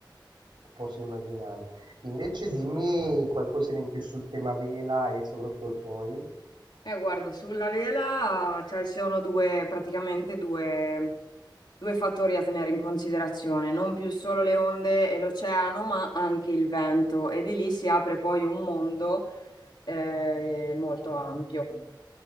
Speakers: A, on the right (about 70°); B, on the left (about 65°).
A: Posso immaginarlo. Invece dimmi qualcosina in più sul tema vela e soprattutto il foil.
B: Eh, guarda, sulla vela, cioè, ci sono due, praticamente due, due fattori a tenere in considerazione, non più solo le onde e l'oceano, ma anche il vento, e di lì si apre poi un mondo eh, molto ampio.